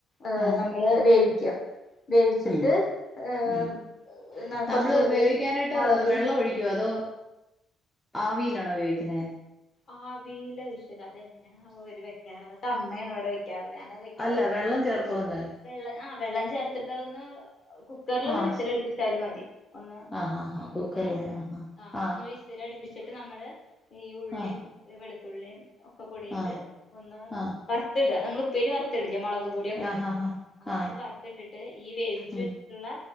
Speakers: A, on the left; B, in the centre.
A: ഏഹ
B: ആഹ്
A: നമ്മള് വേവിക്കുക വേവിച്ചിട്ട്
B: ഉം
A: ഏഹ
B: ഉം
A: പിന്ന
B: നമ്മള്
A: കൊറച്ച് ഉള്ളും
B: വേവിക്കാനായിട്ട്
A: മുളകും
B: വെള്ളം ഒഴിക്കുവോ അതോ ആവിയിലാണോ വേവിക്കുന്നെ
A: ആ ആവിയില് ശ്വര അതങ്ങനെയാണ് അവര് വെക്കാറ് അതൊക്കെ അമ്മയാണ് അവിടെ വെക്കാറ് ഞാനത് വെക്കാറില്ല
B: അല്ല വെള്ളം ചേർക്കുന്ന്ണ്ടെ
A: വെള്ളം ആഹ് വെള്ളം ചേർത്തിട്ട് അതൊന്ന് കുക്കറിലൊന്ന്
B: ആഹ്
A: വിസിലടിപ്പിച്ചാലും
B: ശ
A: മതി ഒന്ന്
B: ആഹ് ആഹ് ആഹ് കുക്കറിലെ
A: ഏഹ് ആ
B: ആഹ്
A: ഒന്ന് വിസിലടി ഒയിച്ചിട്ട് നമ്മള് ഈ ഉള്ളിയും,
B: ആഹ്
A: വെളുത്തുള്ളിയും, ഒക്കെ കൂടിയിട്ട്
B: ആഹ്
A: ഒന്ന്
B: ആഹ്
A: വർത്തിട നമ്മള് ഉപ്പേരി വറുത്തിടില്ലേ മൊളക് പൊടിയൊക്കെ
B: ആഹ്
A: ഇട്ടിട്ട്
B: ആഹ് ആഹ്
A: അങ്ങനാണ്ട്
B: ആഹ്
A: വർത്തിട്ടിട്ട് ഈ വേവിച്ച്
B: ഉം
A: വെച്ചിട്ടുള്ള